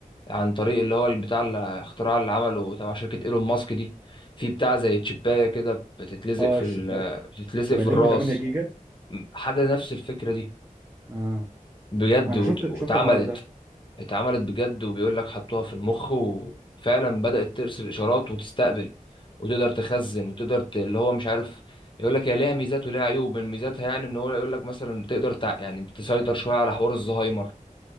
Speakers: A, on the left (about 35°); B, on the right (about 20°).
A: عن طريق اللي هو بتاع الاختراع اللي عمله تبع شركة إيلون ماسك دي في بتاع زي تشيباية كده بتتلزق
B: اه
A: في
B: الشباب
A: ال بتتلزق
B: شباب
A: في
B: الليمبي
A: الراس
B: 8 جيجا
A: حاجة نفس الفكرة دي
B: اه
A: بجد
B: انا
A: وت-
B: شفت
A: واتعملت
B: شفت الحوار ده
A: اتعملت بجد وبيقول لك حطوها في المخ وفعلا بدأت ترسل إشارات وتستقبل وتقدر تخزن وتقدر ت... اللي هو مش عارف يقول لك هي ليها ميزات وليها عيوب من ميزاتها يعني ان هو يقول لك مثلا تقدر تع... يعني تسيطر شوية على حوار الزهايمر